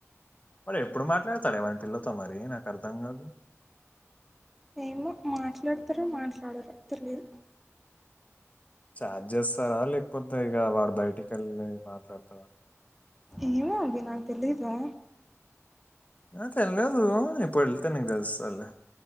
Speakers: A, on the left; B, in the centre.
A: వాడు ఎప్పుడు మాట్లాడతడే వాని పిల్లతో మరి నాకు అర్థం కాదు
B: ఏమో మాట్లాడతడో మాట్లాడడో తెలియదు
A: చాట్ చేస్తారా లేకపోతే ఇగ వాడు బయటి కెళ్ళి మాట్లాడతడ
B: ఏమో అది నాకు తెలిదురా
A: ఆ తెలియదు ఇప్పుడు వెళితే నీకు తెలుస్తది లె